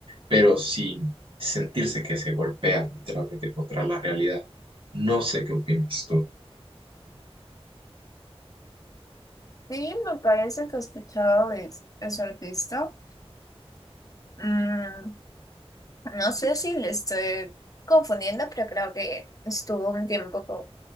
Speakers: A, on the right; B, on the left.
A: pero sin sentirse que se golpea literalmente contra la realidad. No sé qué opinas tú.
B: Sí, me parece que he escuchado de ese artista. Mm, no sé si le estoy confundiendo, pero creo que estuvo un tiempo